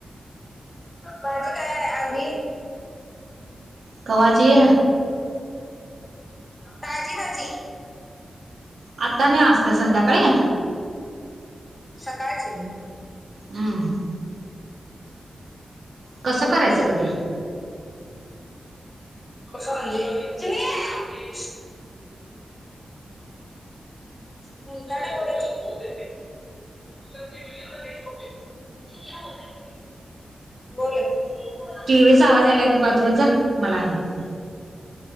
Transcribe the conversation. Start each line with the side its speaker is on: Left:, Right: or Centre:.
Left: माझी काय आहे अधी
Right: कवाची
Left: ताजी भाजी
Right: आता नाही असतं संध्याकाळी?
Left: सकाळची
Right: उम्म हम्म. कसं करायचं ग ते?
Left: कसं म्हणजे? चिमे <unintelligible> बोल.
Right: टीव्हीचा आवाज आलाय गं बाजूला जा मला ऐका